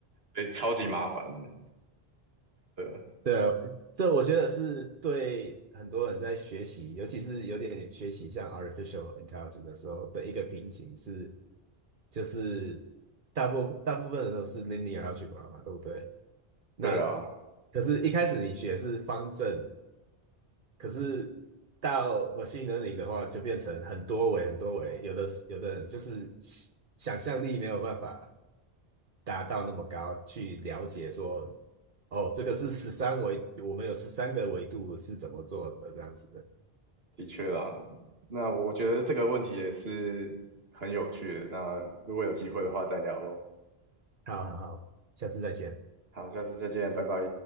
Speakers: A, on the right; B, on the right.
A: 所以超级麻烦的对
B: 对啊，这我觉得是对很多人在学习，尤其是有点学习像 artificial intelligence 的时候的一个瓶颈是，就是大部大部分人都是 linear a l g e 嘛，对不对？那
A: 对啊，
B: 可是，一开始你学是方阵，可是到 machine learning 的话，就变成很多维、很多维，有的有的人就是想象力没有办法。达到那么高，去了解说，哦，这个是十三维，我们有十三个维度是怎么做的这样子。
A: 的确啦。那我觉得这个问题也是很有趣的。那如果有机会的话再聊喽。
B: 好好好，下次再见。
A: 好，下次再见，拜拜。